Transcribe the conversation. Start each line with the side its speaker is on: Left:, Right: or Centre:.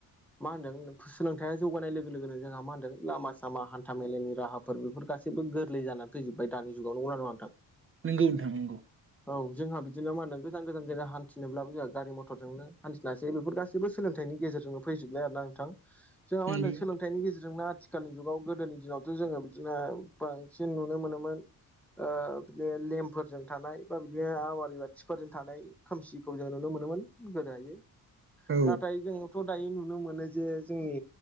Centre: मा होनदों सोलोंथाया जौगानाय लोगो लोगोनो जोंहा मा होनदों लामा सामा हान्था मेलायनि राहा फोर बेफोर गासैबो गोरलै जानानै फैजोब्बाय दानि जुगाव नंगौ ना नङा नोंथां?
Right: नंगौ नोंथां नंगौ।
Centre: औ जोंहा बिदिनो मा होनदों गोजान गोजान जायगा हान्थिनोब्लाबो जोंहा गारि मथरजोंनो हान्थि नासै बेफोर गासैबो सोलोंथाइनि गेजेरजोंनो फैजोबनाय आर ना नोंथां जोंहा मा
Right: नंगौ
Centre: होनो सोलों हेथाइनि गेजेरजोंनो आथिखालनि जुगाव गोदोनि दिनावथ' जोङो बिदिनो बांसिन नुनो मोनोमोन। ओ बिदिनो लेमफोरजों थानाय बा बिदिनो आवारि बाथिफोरजों थानाय खोमसिखौ जोङो नुनो मोनोमोन गोदोहायो
Right: औ
Centre: नाथाय जोंथ' दायो नुनो मोनो जे जोंनि